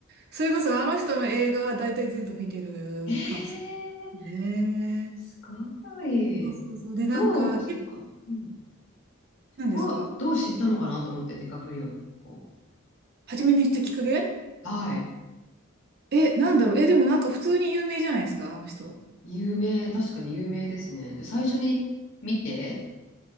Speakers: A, on the right; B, on the left.
A: それこそあの人の映画は大体全部見てるかもし
B: ええ
A: れないね。
B: すごい。
A: そうそうそう。で、なんか、
B: どう、
A: え、
B: そっか。
A: ん
B: うん。
A: 何ですか
B: どう、どう知ったのかなと思って、ディカプリオ。こ
A: 初めにしたきっかけ
B: う。はい。
A: え、なんだろう。え、でもなんか普通に有名じゃないですか、あの人。
B: 有名、確かに有名ですね。で、最初に見て、